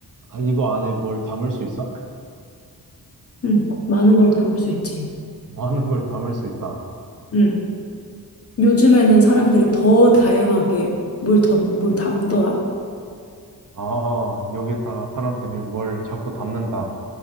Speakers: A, on the right; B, on the left.
A: 아, 이거 안에 뭘 담을 수 있어?
B: 음, 많은 걸 담을 수 있지.
A: 많은 걸 담을 수 있다.
B: 응. 요즘에는 사람들이 더 다양하게 뭘, 덤, 뭘 담더라?
A: 아, 여기다 사람들이 뭘 자꾸 담는다.